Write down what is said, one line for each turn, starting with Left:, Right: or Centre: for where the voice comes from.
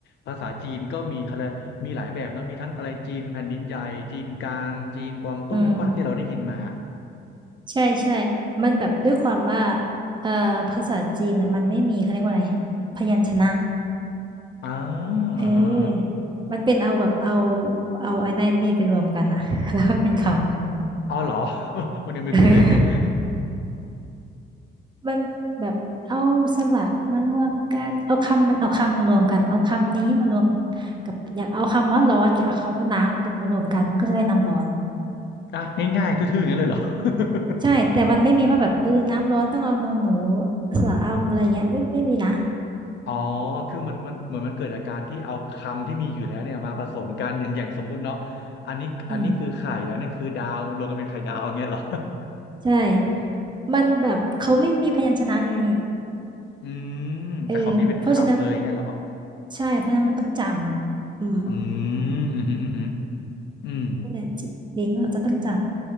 Left: ภาษาจีนก็มีอะไรยกมีหลายแบบเนอะมีทั้งอะไรจีนแผ่นดินใหญ่จีนกลางจีนกวางตุ้งป่ะที่เราได้ยินมา
Right: อืมใช่ใช่มันแบบด้วยความว่าเอ่อภาษาจีนอ่ะมันไม่มีเขาเรียกว่าอะไรพยัญชนะ
Left: อ่าอ่าฮะอ่าฮะ
Right: เออมันเป็นเอาแบบเอาเอาไอ้นั่นนี่ไปรวมกันอะ <laughs> แล้วก็เป็นคำ
Left: อ๋อเหรอ <laughs> วันนี้ไม่รู้เลยเนี่ย
Right: <laughs> เออ
Left: <laughs>
Right: มันแบบเอาสระมารวมกันเอาคำมันเอาคำมารวมกันเอาคำนี้มารวมกับอยากเอาคำว่าร้อนกับเอาคำว่าน้ำเป็นมารวมกันมันก็จะได้น้ำร้อน
Left: อ่ะง่ายๆทื่อๆอย่างนั้นเลยเหรอ <laughs>
Right: ใช่แต่มันไม่มีว่าแบบเออน้ำร้อนต้องเอาโนนหนูสระอำอะไรเงี้ยไม่ไม่มีนะ
Left: อ๋อคือมันมันเหมือนมันเกิดจากการที่เอาคำที่มีอยู่แล้วเนี่ยมาผสมกันอย่างอย่างสมมุติเนาะ อันนี้อันนี้คือไข่อันนั้นคือดาวมันรวมกันเป็นไข่ดาวเงี้ยเหรอ
Right: อืมใช่มันแบบเขาไม่มีพยัญชนะไง
Left: <laughs> อืมแต่เขามีเป็นคำเลยเงี้ยเหรอ
Right: เออเพราะฉะนั้นใช่เพราะฉะนั้นมันต้องจำอืม
Left: อืมอืมอืมอืมอืม
Right: นั่นแหละจิลิงก์เราจะต้องจ